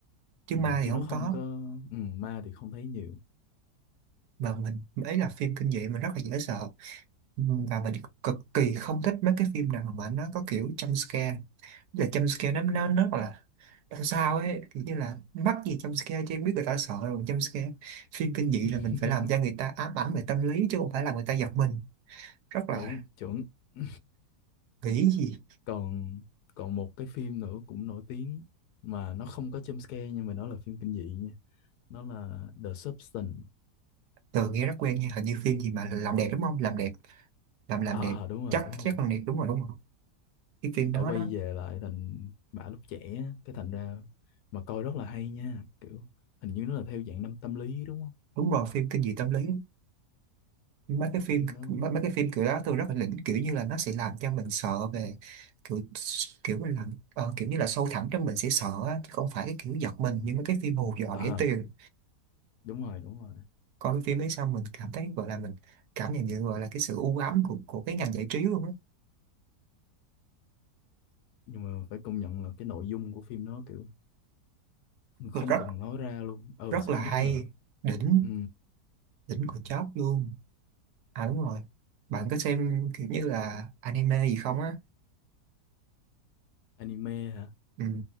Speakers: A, on the right; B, on the left.
A: chứ
B: ừ,
A: ma
B: chứ
A: thì không
B: nó không
A: có
B: có ừ, ma thì không thấy nhiều
A: mà mình ấy là phim kinh dị mình rất là dễ sợ Ừm, và mình cực kỳ không thích mấy cái phim nào mà nó có kiểu jump scare Tức là jump scare nó nó nó rất là làm sao ấy kiểu như là mắc gì jump scare chứ em biết người ta sợ rồi jump scare phim kinh dị
B: <laughs>
A: là mình phải làm cho người ta ám ảnh về tâm lý chứ không phải là người ta giật mình rất là
B: đúng chuẩn <laughs>
A: nghĩ gì
B: còn còn một cái phim nữa cũng nổi tiếng mà nó không có jump scare nhưng mà nó là phim kinh dị nha nó là The Substance
A: từ nghe rất quen nha hình như phim gì mà làm đẹp đúng không làm đẹp làm làm
B: à,
A: đẹp
B: à à, đúng rồi
A: chắc
B: đúng
A: chắc
B: rồi
A: làm đẹp đúng rồi đúng không cái phim
B: bà
A: đó
B: quay
A: nó
B: về lại thành bà lúc trẻ á, cái thành ra mà coi rất là hay nha kiểu hình như nó là theo dạng năm tâm lý đúng không
A: đúng rồi phim kinh dị tâm lý mấy cái phim
B: phim nó
A: mấy, mấy cái phim kiểu đó tôi rất là đỉnh kiểu như là nó sẽ làm cho mình sợ về kiểu kiểu là làm ờ, kiểu như là sâu thẳm trong mình sẽ sợ á, chứ không phải cái kiểu giật mình như mấy cái phim hù dọa
B: à
A: rẻ
B: à,
A: tiền
B: đúng rồi đúng rồi
A: coi cái phim ấy xong mình cảm thấy gọi là mình cảm nhận được gọi là cái sự u ám của của cái ngành giải trí luôn á
B: nhưng mà phải công nhận là cái nội dung của phim nó kiểu không
A: rất
B: cần nói ra luôn ừ
A: rất
B: xem
A: là hay
B: rất là
A: đỉnh
B: ừ,
A: đỉnh của chóp luôn à đúng rồi bạn có xem kiểu như là anime gì không á
B: anime hả
A: ừ.